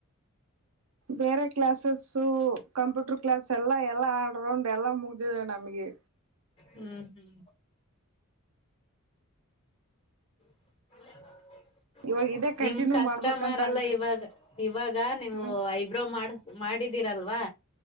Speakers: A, on the right; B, on the left.
A: ಬೇರೆ ಕ್ಲಾಸಸ್ ಕಂಪ್ಯೂಟರ್ ಕ್ಲಾಸ್ ಎಲ್ಲಾ ಎಲ್ಲ ಆಡ್ರೌಂಡ್ ಎಲ್ಲ ಮುಗ್ದಿದೆ ನಮಗೆ.
B: ಹ್ಮ್ ಹ್ಮ್. <inaudible>
A: ಇವಾಗ ಇದೇ
B: ನಿಮ್
A: ಕಂಟಿನ್ಯೂ
B: ಕಸ್ಟಮರ್
A: ಮಾಡ್ಬೇಕಂತ
B: ಎಲ್ಲ
A: ಅನ್ಕ
B: ಇವಾಗ ಇವಾಗ ನೀವು
A: ಹ
B: ಐಬ್ರೋ ಮಾಡ. ಮಾಡಿದೀರಲ್ವಾ.